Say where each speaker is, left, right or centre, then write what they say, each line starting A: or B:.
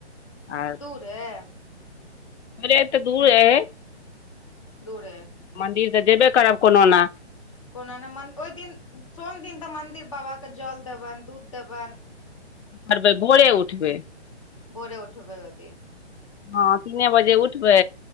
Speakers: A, on the left; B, on the left.
A: आ
B: ह <inaudible>
A: थोड़े तऽ दूर अय,
B: दूरे
A: मन्दिर तऽ जेबे करब कोनो ना।
B: कोनो नहि मन ओहि दिन सोम दिन तऽ मन्दिर बाबाके जल देबनि दूध देबनि
A: करबै, भोरे उठबै
B: भोरे उठबै ओयदिन।
A: हां तीने बजे उठबै